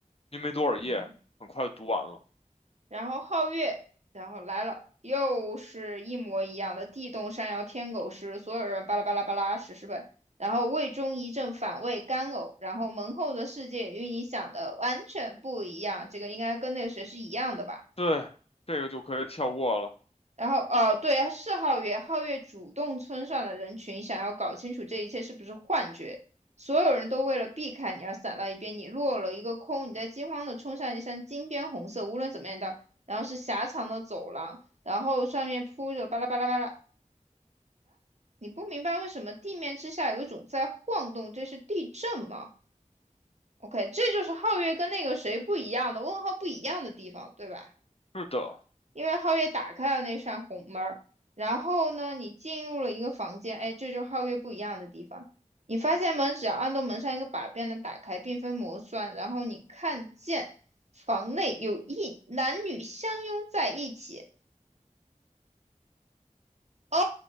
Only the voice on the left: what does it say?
因为没多少页，
很快就读完了。
对，这个就可以跳过了。
是的，